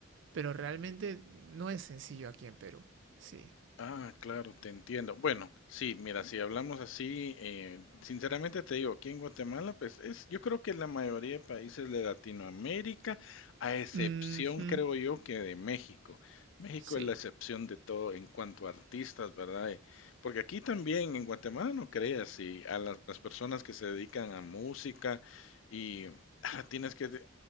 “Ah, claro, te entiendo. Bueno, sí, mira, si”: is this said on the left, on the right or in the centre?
Left